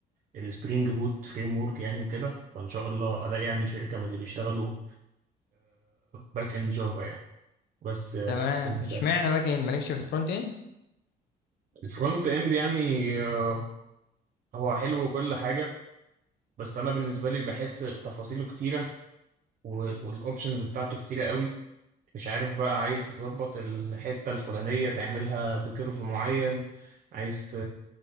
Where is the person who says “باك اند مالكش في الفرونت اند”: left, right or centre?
Left